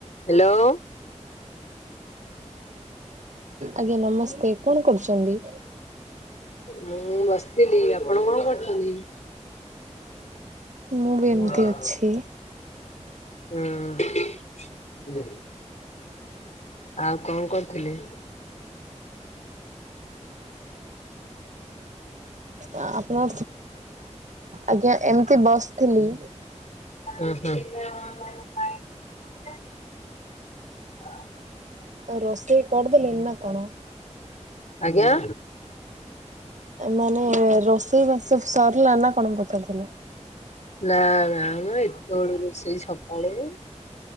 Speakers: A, on the left (about 70°); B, on the right (about 80°).
A: Hello.
B: ଆଜ୍ଞା ନମସ୍ତେ କଣ କରୁଛନ୍ତି?
A: ମୁଁ ବସିଥିଲି ଆପଣ କଣ କରୁଛନ୍ତି?
B: ମୁଁ
A: ହୁଁ
B: ବି ଏମିତି ଅଛି।
A: ଆଉ କଣ କରୁଥିଲେ?
B: ଆପଣ ଆଜ୍ଞା ଏମିତି ବସଥିଲି।
A: ମ୍ ହୁଁ
B: ଆଉ ରୋଷେଇ କରିଦେଲେ ଏ ନା କଣ?
A: ଆଜ୍ଞା
B: ମାନେ ରୋଷେଇ ବାସ ସରିଲା ନା କଣ ପଚାରୁଥିଲେ?
A: ନା ନା ନା ଏତେ ବଳୁ ରୋଷେଇ ସକାଳୁ।